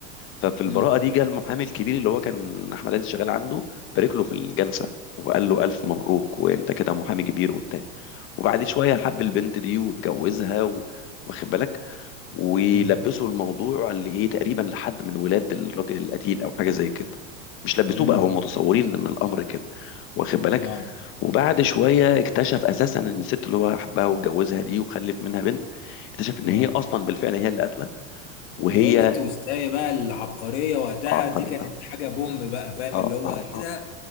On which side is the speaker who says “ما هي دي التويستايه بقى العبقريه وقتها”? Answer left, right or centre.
Left